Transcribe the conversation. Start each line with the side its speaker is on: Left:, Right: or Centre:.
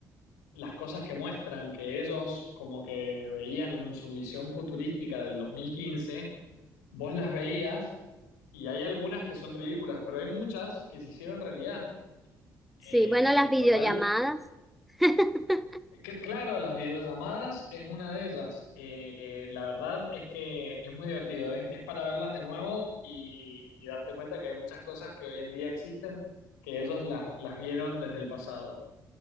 Left: las cosas que muestran que ellos como que veían en su visión futurística del 2015, vos las veías y hay algunas que son ridículas, pero hay muchas que se hicieron realidad. Eh,
Centre: sí, bueno, las
Left: por
Centre: videollamadas.
Left: lo cual,
Centre: <laughs>
Left: que- claro, las videollamadas es una de ellas. Eh, la verdad es que es muy divertido, es, es para verlas de nuevo y, y darte cuenta que hay muchas cosas que hoy en día existen que ellos las, las vieron desde el pasado.